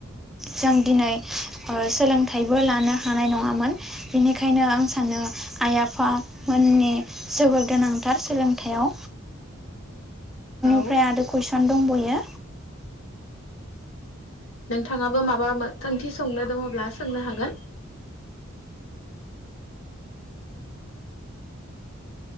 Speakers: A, in the centre; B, on the left (about 80°).
A: जों दिनै सोलोंथाइबो लानो हानाय नङामोन बेनिखायनो आं सानो आइ आफामोननि जोबोर गोनांथार सोलोंथायाव
B: औ
A: <unintelligible> ओमफ्राय आरो कुइसन दंबयो
B: नोंथाङाबो माबा सोंथि संनो दङब्ला सोंनो हागोन।